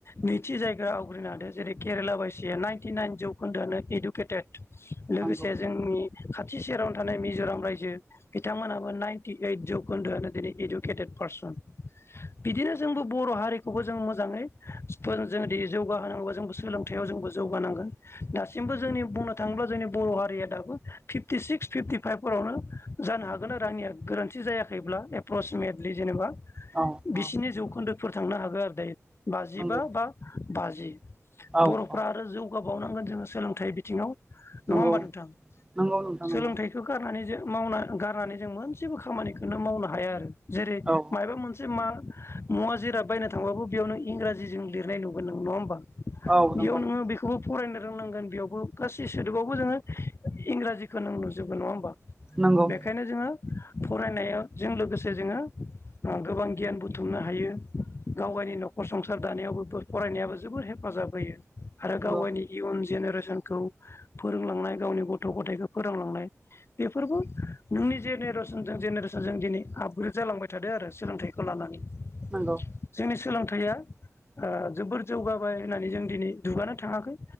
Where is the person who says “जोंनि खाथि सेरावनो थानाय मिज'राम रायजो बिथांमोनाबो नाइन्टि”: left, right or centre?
Left